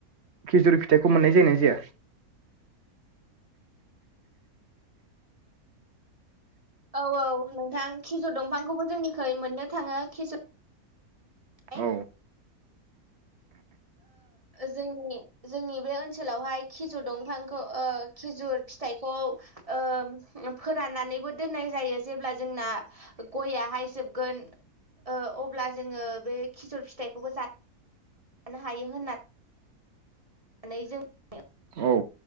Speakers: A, on the right; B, on the right.
A: खेजुरि फिथाइखौ मोननाय जायोना जाया?
B: औ औ नोंथां खिजुर दंफांखौबो जोंनिखै मोननो थाङो खिजुर नै
A: औ
B: जोंनि जोंनि बे ओनसोलावहाय खिजुर दंफांखौ ओ खिजुर फिथाइखौ ओ फोराननानैबो दोननाय जायो जेब्ला जोंना गयाहाय जोबगोन ओ अब्ला जोङो बे खिजुर फिथाइखौबो जा जानो हायो होननानै नानै जोङो
A: औ